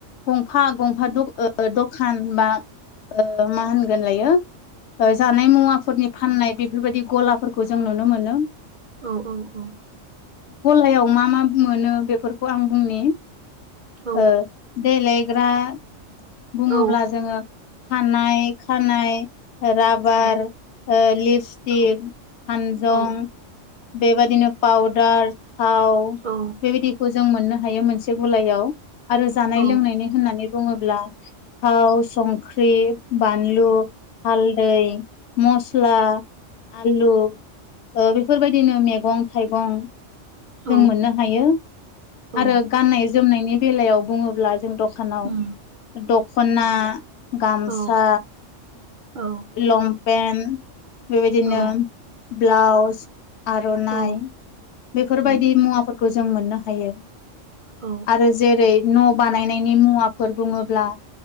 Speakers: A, on the left (about 65°); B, on the right (about 60°).
A: गंफा गंफा द ओ ओ दखान बा ओ मा होनगोन लायो ओ जानाय मुवाफोरनि फाननाय बेफोरबायदि गलाफोरखौ जों नुनो मोनो।
B: औ औ औ
A: गलायाव मा मा मोनो बेफोरखौ आं बुंनि
B: औ
A: ओ देलायग्रा बुङोब्ला
B: औ
A: जोङो खानाय खानाय राबार
B: औ
A: ओ लिपस्टिक
B: औ
A: खानजं
B: औ
A: बेबादिनो पाउदार थाव
B: औ
A: बेबादिखौ जों मोननो हायो मोनसे गलायाव आरो जानाय
B: औ
A: लोंनायनि होननानै बुङोब्ला थाव, संख्रि, बानलु, हालदै मस्ला आलु ओ बेफोरबायदिनो मेगं थाइगं
B: औ
A: जों मोननो हायो
B: औ
A: आरो गाननाय जोमनायनि बेलायाव बुङोब्ला जों डक्ट दखानाव
B: उम
A: दख'ना गामसा
B: औ औ
A: लंपेन्ट बेबायदिनो
B: औ
A: ब्लाउस आर'नाइ
B: औ
A: फोरबायदि
B: औ
A: मुवाफोरखौ जों मोननो हायो
B: औ
A: आरो जेरै न' बानायनायनि मुवाफोर बुङोब्ला